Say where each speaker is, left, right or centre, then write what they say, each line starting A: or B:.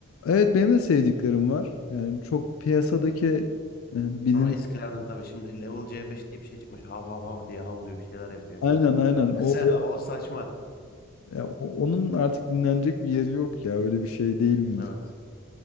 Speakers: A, on the left; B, on the left.
A: evet benim de sevdiklerim var. Yani çok piyasadaki e, bilin
B: Ama eskilerden tabii şimdi level C5 diye bir şey çıkmış. Hav hav hav diye havlıyor bir şeyler yapıyor.
A: aynen aynen
B: <laughs> Mesela
A: o o-
B: o saçma.
A: ya o- onun artık dinlenecek bir yeri yok ya öyle bir şey değil müzik.
B: Evet.